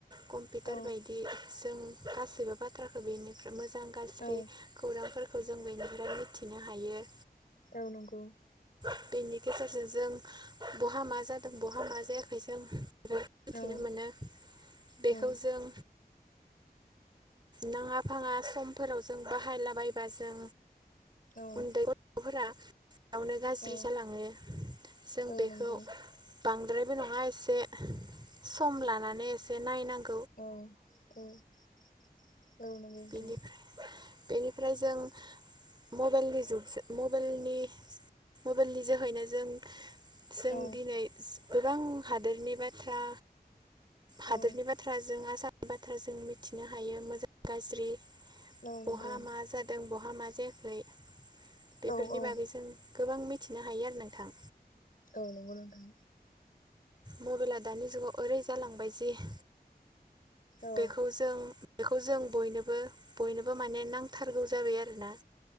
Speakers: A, on the right (about 25°); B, on the left (about 60°).
A: कम्पिटार
B: औ
A: बायदि जों गासैबो बाथ्राखो बेनिफ्राय मोज मोजां गाज्रि
B: औ
A: खौरांफोरखौ जों बेनिफ्राय मिथिनो हायो
B: औ नंगौ
A: बेनि गेजेरजों जों बहा मा जादों बहा मा जायाखै जों मिथिनो
B: औ
A: मोनो बेखौ
B: औ
A: जों नाङा फाङा समफोराव जों बाहायला बायबा जों
B: औ
A: उन्दै गथ'फोरा बेयावनो गाज्रि
B: औ
A: जालाङो जों
B: औ
A: बेखौ
B: नंगौ
A: बांद्रायबो नङा एसे सम लानानै एसे नायनांग
B: औ औ औ नंगौ नोथां
A: बेनिफ्राय बेनिफ्राय जों मबेलनि जुगजो मबेलनि मबेलनि जोहैनो जों जों
B: औ
A: दिनै स गोबां हादोरनि बाथ्रा हादोरनि
B: औ
A: बाथ्राजों आसामनि बाथ्राजों मिथिनो हायो मोजां गाज्रि
B: औ
A: बहा
B: नंगौ
A: मा जादों बहा मा जायाखै बेफोरनि
B: औ औ
A: बागै जों गोबां मिथिनो हायो आरो नोंथां
B: औ नंगौ नोंथां
A: मबेला दानि जुगाव ओरै जालांबाय जिह
B: औ
A: बेखौ जों बेखौ जों बयनोबो बयनोबो माने नांथारगौ जाबाय आरोना